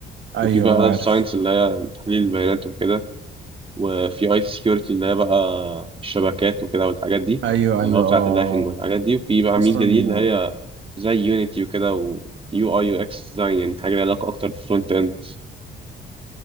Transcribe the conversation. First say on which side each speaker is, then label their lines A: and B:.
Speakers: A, on the right; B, on the right.
A: ايوه
B: وفي بقى
A: اه
B: داتا
A: عارف
B: ساينس اللي هي تحليل البيانات وكده وفي اي تي سكيورتي اللي هي بقى الشبكات وكده والحاجات دي
A: ايوه ايوه
B: اللي هو بتاعه
A: اه
B: اللاهينج والحاجات دي وفي بقى
A: اصلا
B: ميديا دي اللي هي زي يونيتي وكده ويو اي يو اكس ديزاين يعني حاجه لها علاقه اكتر بالفرونت اند